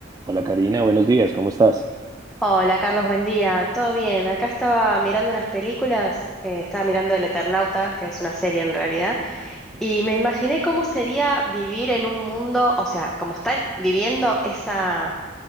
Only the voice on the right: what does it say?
Hola Karina, buenos días, ¿cómo estás?